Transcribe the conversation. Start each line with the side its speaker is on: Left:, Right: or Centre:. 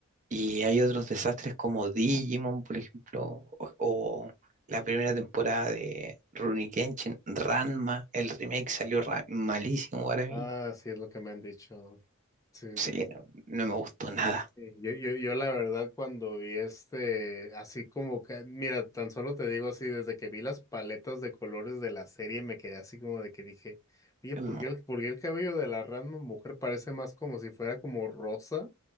Right: Y hay otros desastres como Digimon, por ejemplo, o, o la primera temporada de Rurouni Kenshin, Ranma, el remake salió ra- malísimo para mí.
Left: Ah, sí es lo que me han dicho. sí
Right: Sí,
Left: sí,
Right: no, no me gustó nada.
Left: Sí, Yo, yo, yo la verdad cuando vi este, así como que, mira, tan solo te digo así, desde que vi las paletas de colores de la serie me quedé así como de que dije, oye,
Right: Es
Left: ¿por
Right: mu-
Left: qué el, por qué el cabello de la Ranma mujer parece más como si fuera como rosa?